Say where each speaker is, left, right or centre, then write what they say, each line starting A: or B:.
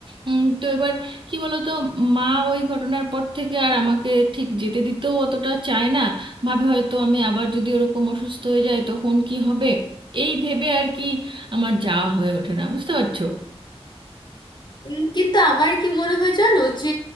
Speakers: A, on the right (about 50°); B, on the left (about 45°).
A: উম, তো এবার কি বলতো মা ওই ঘটনার পর থেকে আর আমাকে ঠিক যেতে দিতেও অতটা চায় না ভাবে হয়তো আমি আবার যদি ওরকম অসুস্থ হয়ে যায় তখন কি হবে এই ভেবে আর কি আমার যাওয়া হয়ে ওঠে না বুঝতে পারছো
B: উম, কিন্তু আমার কি মনে হয় জানো যে